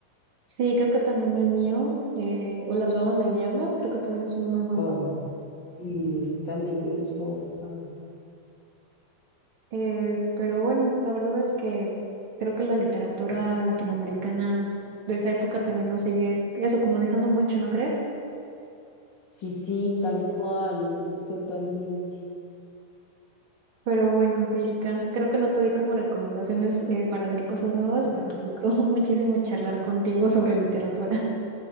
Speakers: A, on the right; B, on the left.
A: Sí, creo que también el mío, eh, o Las babas del diablo, creo que también es un muy buen
B: Oh,
A: cuento.
B: sí, ese también me gustó bastante.
A: Eh, pero bueno, la verdad es que creo que la literatura latinoamericana de esa época también nos sigue eso, como dejando mucho, ¿no crees?
B: Sí, sí, tal cual, totalmente.
A: Pero bueno, Angélica, creo que no te di como recomendaciones eh, para leer cosas nuevas,
B: <laughs>
A: pero me gustó <laughs> muchísimo charlar contigo sobre literatura.